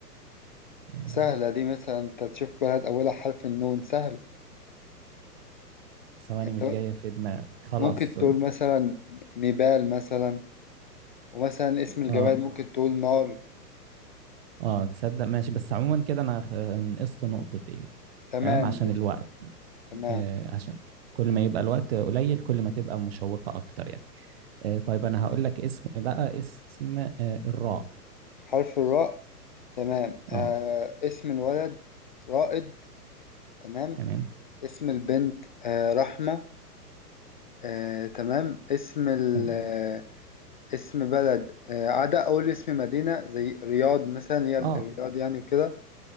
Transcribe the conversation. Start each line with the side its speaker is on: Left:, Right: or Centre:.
Right: آه،
Left: سهلة دي مثلا أنت تشوف بلد أولها حرف النون سهل
Right: ثواني
Left: أنت
Right: مش جاية في دماغي خلاص
Left: ممكن تقول مثلا نيبال مثلا ومثلا اسم الجبال
Right: اه
Left: ممكن تقول نار
Right: اه تصدق ماشي بس عموما كده انا خ- نقصت نقطتين
Left: تمام
Right: تمام عشان
Left: ماشي
Right: الوقت
Left: تمام
Right: آه عشان كل ما يبقى الوقت قليل كل ما تبقى مشوقة اكتر يعني آه طيب انا هقول لك اسم بقى اسم آه الراء
Left: حرف الراء تمام آه
Right: اه
Left: اسم الولد رائد تمام
Right: تمام
Left: اسم البنت آه رحمة آه، تمام اسم ال
Right: تمام.
Left: آه، اسم بلد آه، عدا أول اسم مدينة زي رياض مثلا اللي هي
Right: اه
Left: الرياض يعني وكده